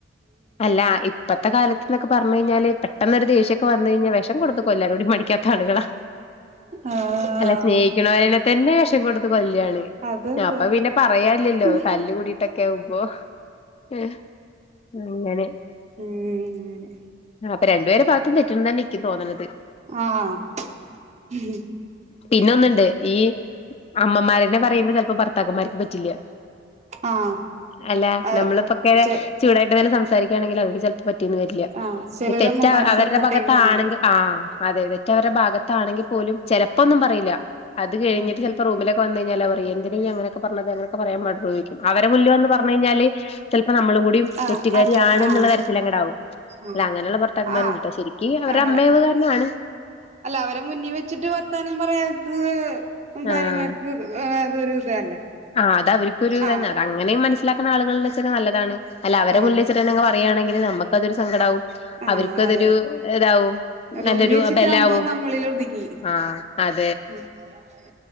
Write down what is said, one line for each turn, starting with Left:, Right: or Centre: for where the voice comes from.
Left: അല്ല ഇപ്പത്തെ കാലത്ത്ന്നൊക്കെ പറഞ്ഞ് കഴിഞ്ഞാല് പെട്ടന്നൊരു ദേഷ്യക്കെ വു വന്ന് കഴിഞ്ഞാൽ വിഷ് ഷം കൊടുത്ത് കൊല്ലാനുടി മടിക്കാത്ത ആളുകളാ
Right: ആഹ്
Left: അല്ല സ്നേഹിക്കുന്നവരന്നെ തന്നെ വെഷം കൊടുത്ത് കൊല്ലാണ്
Right: അതതെ
Left: അപ്പൊ പിന്നെ പറയാ ല്യല്ലോ
Right: ഉം
Left: തല്ല് കൂടിട്ടൊക്കെ ആവുംമ്പോ ഏ അങ്ങനെ
Right: ഉം അങ്ങനെ
Left: അപ്പൊ രണ്ടുപേരെ ഭാഗത്തും തെറ്റുണ്ട് തന്നെ ഇനിക്കും തോന്നണത്
Right: ആഹ് ഉം
Left: പിന്നെ ഒന്നുണ്ട് ഈ അമ്മമാരെന്നെ പറയുമ്പോൾ ചെലപ്പോ ഭർത്താക്കന്മാർക്ക് പറ്റ് റ്റില്ല
Right: ആഹ്
Left: അല്ല
Right: അഹ്
Left: നമ്മളിപ്പോ ഇങ്ങനെ
Right: ചെ
Left: ചൂടായിട്ട് ങ്ങനെസംസാ സംസാരിക്കാണെങ്കിൽ അവര്ക്ക് ചെലപ്പോ പറ്റിയെന്ന് വരില്ല
Right: ആഹ് ചെലോരമ്മമാരെ
Left: തെറ്റ് അവരുടെ
Right: സപ്പോർട്ട്
Left: ഭാഗത്താണെങ്കിൽ
Right: ചെയ്യണോരുണ്ട്
Left: ആഹ് അതെ തെറ്റ് അവരുടെ ഭാഗത്താണെങ്കിൽ പോലും ചെലപ്പോന്നും പറയില്ല അത് കഴിഞ്ഞിട്ട്
Right: ആഹ്
Left: ചെല് പ്പോ റൂമിലോക്കെ വന്ന് കഴിഞ്ഞാൽ പറയ എന്തിന അങ്ങനൊക്കെ പറഞ്ഞത് അങ്ങനെയൊക്കെ പറയാൻ പാടുണ്ടോ ചോയ് അവരെ മുന്നിൽ വന്ന് പറഞ്ഞ് കഴിഞ്ഞാല് ചെലപ്പോ നമ്മളും കൂടി
Right: ആഹ്
Left: തെറ്റുകാരിയാണ്
Right: അതെ
Left: എന്നുള്ള
Right: ആഹ്
Left: തരത്തിലങ്ങ്ടാവും
Right: ആഹ്
Left: അല്ല അങ്ങനെയുള്ള ഭർത്താക്കന്മാരുണ്ട്ട്ടോ
Right: ആഹ്
Left: ശരിക്ക് അവര്
Right: ആഹ്
Left: അമ്മയാവ് കാരണാണ്
Right: അല്ല അവരെ മുന്നിൽ വെച്ചിട്ട് വർത്താനം പറയാത്തത് ഭാര്യമാർക്ക്
Left: ആഹ്
Right: അതൊരു ഇതല്ലേ
Left: ആഹ് അത് അവർക്കൊരു
Right: ആഹ്
Left: തന്ന അങ്ങനെ മനസിലാക്ക്ണ ആളുകള് ഉണ്ടെങ്കിൽ നല്ലതാണ് അല്ല അവരെ
Right: ആഹ്
Left: മുന്നിൽ വച്ചിട്ടെ പറയാണെങ്കിൽ നമ്മക്കതൊരു സങ്കടാവും
Right: ആഹ്
Left: അവർക്ക് അതൊരു
Right: അതെ
Left: ഇതാവും
Right: റൂമിൽ
Left: നല്ലൊരു
Right: വെച്ചിട്ടാകുമ്പോ
Left: ബലാവും
Right: നമ്മളിൽ ഒതുങ്ങി
Left: ആഹ് അതെ
Right: <unintelligible>